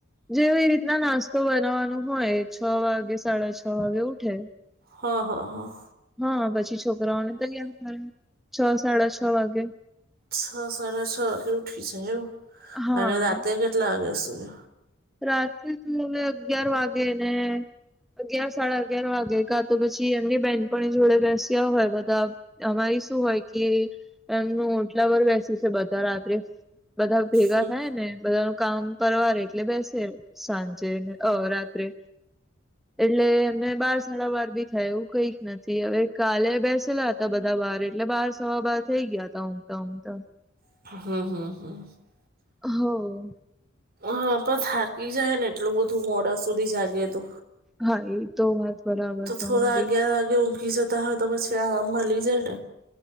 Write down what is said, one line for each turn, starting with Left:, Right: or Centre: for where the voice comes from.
Centre: જેવી રીતના નાસ્તો બનાવાનો હોય છ વાગે સાડા છ વાગે ઉઠે.
Right: હ હ હ.
Centre: હ પછી છોકરાઓને તૈયાર કરે છ સાડા છ વાગે.
Right: છ સાડા છ વાગે ઉઠી જાય એવું
Centre: હા
Right: અને રાતે કેટલા વાગે સુવો
Centre: રાત્રે તો હવે અગિયાર વાગે ને અગિયાર સાડા અગિયાર વાગે કા તો પછી એમની બેનપાણી એ જોડે બેસ્યા હોય બધા અમારી શું હોય કે એમનું ઓટલા વર બેસી છે બધા રાત્રે બધા ભેગા
Right: હમ
Centre: થાય ને બધા નું કામ પરવારે એટલે બેસે સાંજે ને અ રાત્રે. એટલે એમને બાર સાડાબાર બી થાય એવું કઈક નથી હવે કાલે બેસેલા હ તા બધા બાર એટલે બાર સવા બાર થઈ ગયા તા ઊંઘતા ઊંઘતા.
Right: હ હ હ.
Centre: હઉ
Right: હા પણ થાકી જાય ને એટલું બધું મોડા સુધી જાગે તો.
Centre: હા એ તો વાત બરાબર
Right: તો
Centre: તમારી
Right: થોડા અગિયાર વાગે ઊંઘી જતા હોય તો પછી આરામ મલી જાય ને.